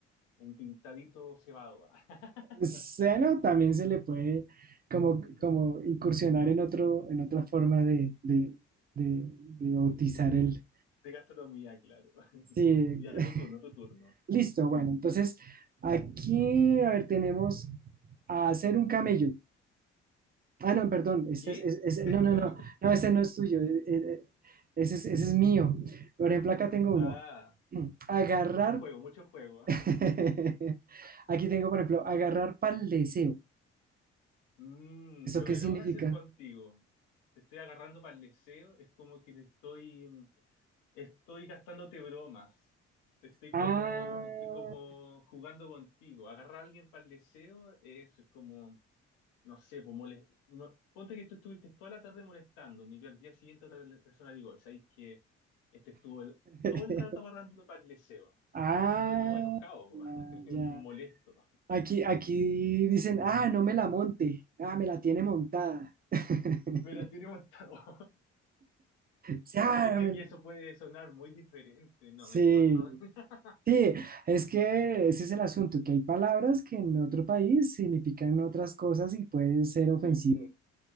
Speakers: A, on the left; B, on the right.
A: un pintadito cebado, <laughs>
B: Seno
A: no sé,
B: también se le puede como,
A: <laughs>
B: como
A: de
B: incursionar en otro, en otra forma de, de, de, de bautizar el.
A: gastronomía, claro. <laughs>
B: Sí.
A: Ya, tu turno, tu turno.
B: <laughs> Listo, bueno,
A: <laughs>
B: entonces aquí, a ver, tenemos a hacer un camello. Ah, no, perdón, este
A: ¿Qué?
B: es, es- es-
A: <laughs>
B: no,
A: No.
B: no, no, no, este no es tuyo, eh, eh, ese es, ese es mío. Por ejemplo, acá tengo
A: Ah,
B: uno. <clears throat> Agarrar,
A: mucho juego, mucho juego.
B: <laughs> aquí tengo, por ejemplo, agarrar pal deseo.
A: Mm,
B: ¿Eso
A: lo
B: qué
A: que
B: significa?
A: acabo de hacer contigo, te estoy agarrando para el deseo, es como que te estoy, estoy gastándote bromas. Te estoy
B: Ah,
A: como, estoy como jugando contigo. Agarrar a alguien para el deseo, eso es como no sé, pues mole- no- ponte que tú estuviste toda la tarde molestándome y yo al día siguiente otra le- persona digo, ¿sabes que Este estuvo el-
B: <laughs>
A: todo el rato agarrándome para el deseo,
B: ah,
A: así como enojado, po, <laughs>
B: ya.
A: molesto.
B: Aquí, aquí dicen, ah, no me la monte, ah, me la tiene montada. <laughs>
A: Me la tiré montado. <laughs>
B: Sí, ah,
A: Es que
B: me-
A: aquí eso puede sonar muy diferente, no,
B: sí.
A: mejor no. <laughs>
B: Sí, es que ese es el asunto, que hay palabras que en otro país significan otras cosas y pueden ser ofensivo.
A: Sí.